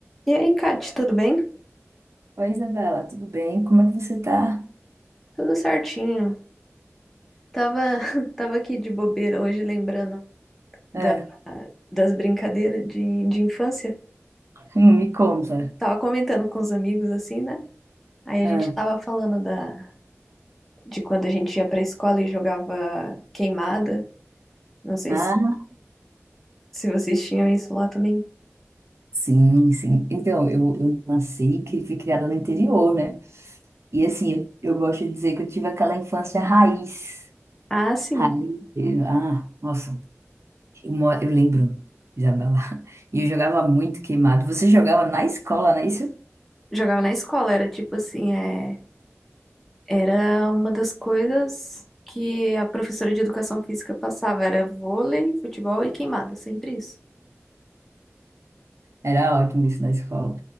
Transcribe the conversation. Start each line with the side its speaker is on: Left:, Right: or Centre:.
Centre: E aí, Kate, tudo bem?
Right: Oi, Isabela, tudo bem? Como é que você tá?
Centre: Tudo certinho. Tava, <laughs> tava aqui de bobeira hoje, lembrando
Right: Ah,
Centre: da- das brincadeiras de, de infância.
Right: hum, me conta.
Centre: Tava comentando com os amigos, assim, né? Aí a
Right: Ah,
Centre: gente tava falando da, de quando a gente ia pra escola e jogava queimada. Não sei
Right: ah,
Centre: se, se vocês tinham isso lá também.
Right: sim, sim. Então, eu, eu nasci e cri- fui criada no interior, né? E assim, eu eu gosto de dizer que eu tive aquela infância raiz.
Centre: Ah, sim.
Right: Raiz. eh, Ah, nossa, eu, mo- eu lembro, Isabela. <laughs> E eu jogava muito queimado. Você jogava na escola, não é isso?
Centre: Jogava na escola, era tipo assim, é, era uma das coisas que a professora de educação física passava, era vôlei, futebol e queimada, sempre isso.
Right: Era ótimo isso na escola.